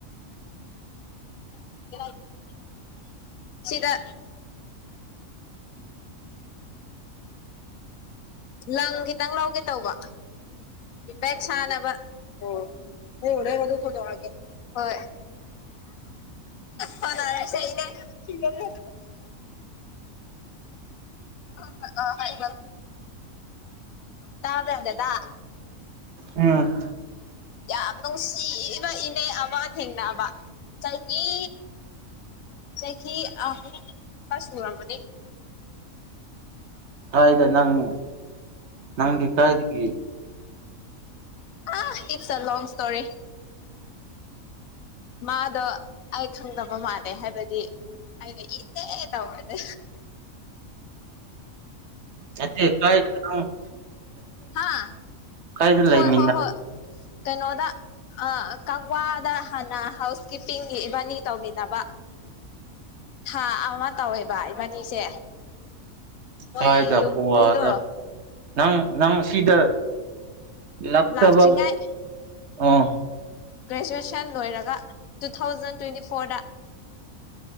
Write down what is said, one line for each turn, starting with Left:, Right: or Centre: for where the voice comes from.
Left: <unintelligible> ꯁꯤꯗꯥ ꯂꯪ ꯈꯤꯇꯪ ꯂꯧꯒꯦ ꯇꯧꯕ ꯕꯦꯛ ꯁꯥꯥꯟꯅꯕ ꯑꯣ ꯌꯦꯡꯎ ꯅꯪ ꯑꯗꯣ ꯐꯣꯟ ꯇꯧꯔꯛꯑꯒꯦ ꯍꯣꯢ ꯐꯥꯎꯅꯔꯁꯦ ꯏꯅꯦ ꯍꯣꯢ ꯕ ꯕꯥꯢ ꯇꯥꯔꯦ ꯌꯥꯗꯦꯗ
Right: ꯎꯝ
Left: ꯌꯥꯝ ꯅꯨꯡꯁꯤꯕ ꯏꯅꯦ ꯑꯃ ꯊꯦꯡꯅꯕ ꯆꯍꯤ ꯆꯍꯤ ꯑꯍꯨꯝ ꯑꯁ ꯁꯨꯔꯝꯃꯅꯤ
Right: ꯀꯥꯏꯗ ꯅꯪ ꯅꯪꯗꯤ ꯀꯥꯏꯗꯒꯤ
Left: ꯑ ꯏꯠꯁ ꯑ ꯂꯣꯡ ꯁꯇꯣꯔꯤ ꯃꯥꯗꯣ ꯑꯩ ꯈꯪꯗꯕ ꯃꯥꯜꯂꯦ ꯍꯥꯏꯕꯗꯤ ꯍꯥꯏꯗꯤ ꯑꯩꯅ ꯏꯅꯦ ꯇꯧꯕꯅꯦ
Right: ꯅꯠꯇꯦ ꯀꯥꯏꯗ ꯈꯪ
Left: ꯍꯥꯥ
Right: ꯀꯥꯏꯗ
Left: ꯍꯣꯏ
Right: ꯂꯩꯃꯤꯟꯅ
Left: ꯍꯣꯏ ꯍꯣꯏ ꯀꯩꯅꯣꯗ ꯑ ꯀꯛꯋꯥꯗ ꯍꯥꯟꯅ ꯍꯥꯎꯁ ꯀꯤꯞꯄꯤꯡꯒꯤ ꯏꯕꯥꯅꯤ ꯇꯧꯃꯤꯟꯅꯕ ꯊꯥ ꯑꯃ ꯇꯧꯋꯦꯕ ꯏꯕꯥꯅꯤꯁꯦ ꯃꯣꯏ
Right: ꯀꯥꯏꯗ
Left: ꯌꯨꯝꯕꯨꯗꯣ
Right: ꯒꯣꯋꯥꯗ ꯅꯪ ꯅꯪ ꯁꯤꯗ ꯂꯥꯛꯇꯕ
Left: ꯂꯥꯛꯇ꯭ꯔꯤꯉꯥꯏ
Right: ꯑꯣ
Left: ꯒ꯭ꯔꯦꯖꯨꯑꯦꯁꯟ ꯂꯣꯏꯔꯒ ꯇꯨ ꯊꯥꯎꯖꯟ ꯇ꯭ꯋꯦꯟꯇꯤ ꯐꯣꯔꯗ